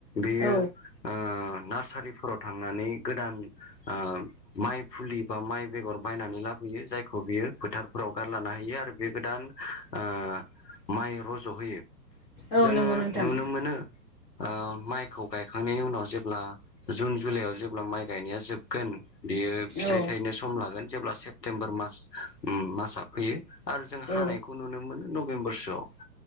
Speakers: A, on the left; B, on the left.
A: बेयो
B: औ
A: ओ नार्सारिफोराव थांनानै गोदानओ। माइ फुलि बा माइ बेगर बायनानै लाबोयो जायखौ बियो फोथारफोराव गारलानो हायो आरो बे गोदान। ओ माइ रज' होयो।
B: औ
A: जोङो
B: नंगौ नोंथां
A: नुनो मोनो ओ माइखौ गायखांनायनि उनाव जेब्ला जुन जुलाइआव जेब्ला माइ गायनाया जोबगोन। बियो
B: औ
A: फिथाइ थायनो सम लागोन जेब्ला सेप्तेम्बर मास मासआ फोयो आरो जों
B: औ
A: हानायखौ नुनो मोनो नभेम्बरसोआव